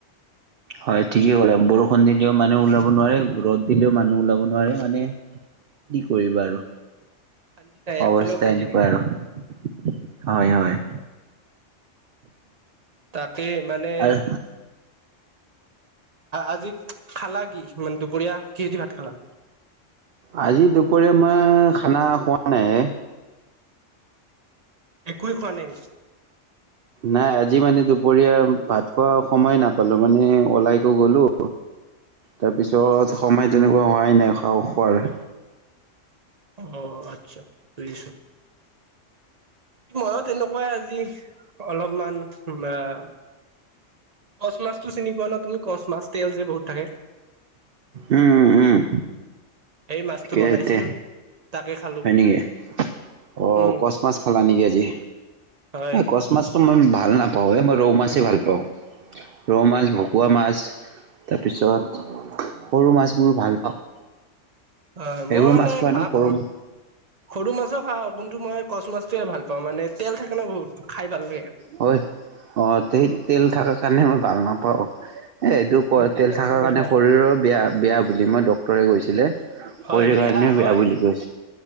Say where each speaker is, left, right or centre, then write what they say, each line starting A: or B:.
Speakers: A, on the right; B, on the right.
A: হয় ঠিকে কলা বৰষুণ দিলেও, মানুহ ওলাব নোৱাৰে, ৰ'দ দিলেও মানুহ ওলাব নোৱাৰে মানে। কি কৰিবা আৰু
B: শান্তি নাই একফালেও
A: অৱস্থা
B: শান্তি
A: এনেকুৱা
B: নাই
A: আৰু। হয়, হয়।
B: তাকে মানে
A: আৰু
B: আজি খালা কি? মানে, দুপৰীয়া কিহেদি ভাত খালা?
A: আজি দুপৰীয়া মই খানা খোৱা নাই।
B: একোৱেই খোৱা নাই নেকি?
A: নাই আজি মানে দুপৰীয়া ভাত খোৱা সময় নাপালোঁ মানে ওলাইকো গ'লোঁ। তাৰপিছত সময় তেনেকুৱা হোৱাই নাই খাহ খোৱাৰ।
B: অ' আচ্ছা বুজিছো। মইো তেনেকুৱাই আজি অলপমান আহ কচ মাছটো চিনি পোৱা নে তুমি কচ মাছ তেল যে বহুত থাকে।
A: উম, উম, উম।
B: সেই মাছটো
A: ঠিকে
B: বনাইছিল।
A: তে
B: তাকে খালো
A: হয় নেকি। অ'
B: উম
A: কচ মাছ খালা নেকি আজি
B: হয়
A: কচ কচ মাছটো মই ভাল নাপাওঁ। এই মই ৰৌ মাছেই ভাল পাওঁ ৰৌ মাছ, ভকুৱা মাছ, তাৰপিছত সৰু মাছবোৰ ভাল পাওঁ।
B: হয়,
A: সেইবোৰ
B: মই মানে
A: মাছ খোৱা
B: ভাত
A: নে সৰু
B: সৰু মাছো খাওঁ। কিন্তু মই কচ মাছটোৱে ভাল পাওঁ মানে তেল থাকে ন বহুত খাই ভাল লাগে।
A: হয় অ' তেত তেল থাকা কাৰণে মই ভাল নাপাওঁ। এ এইটো ক
B: মই
A: তেল
B: থকাৰ
A: থাকা কাৰণে
B: খাই
A: শৰীৰৰ বেয়া বেয়া বুলি মই ডক্তৰে কৈছিলে।
B: হয়
A: শৰীৰ কাৰণেও
B: হয়
A: বেয়া বুলি কৈছে।